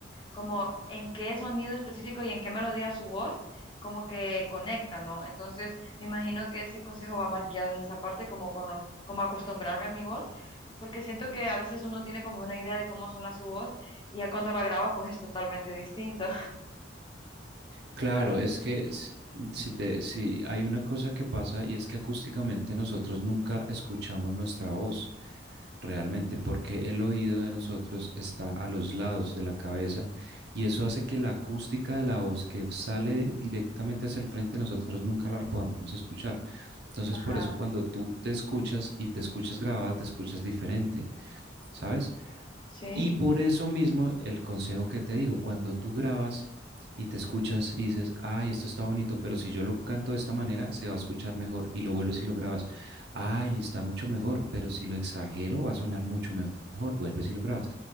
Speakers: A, on the left; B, on the right.
A: como en qué sonido específico y en qué melodía su voz, como que conecta, ¿no? Entonces, me imagino que ese consejo va más guiado en esa parte, como con los, como acostumbrarme a mi voz, porque siento que a veces uno tiene como una idea de cómo suena su voz y ya cuando la graba, pues es totalmente distinto.
B: Claro, es que s- si te, si hay una cosa que pasa y es que acústicamente nosotros nunca escuchamos nuestra voz. realmente, porque el oído de nosotros está a los lados de la cabeza y eso hace que la acústica de la voz que sale directamente hacia el frente nosotros nunca la podamos escuchar. Entonces,
A: Ajá,
B: por eso cuando tú te escuchas y te escuchas grabada, te escuchas diferente, ¿sabes?
A: sí,
B: Y por eso mismo el consejo que te digo, cuando tú grabas y te escuchas y dices, ay, esto está bonito, pero si yo lo canto de esta manera, se va a escuchar mejor y lo vuelves y lo grabas, ay, está mucho mejor, pero si lo exagero, va a sonar mucho mejor, vuelves y lo grabas.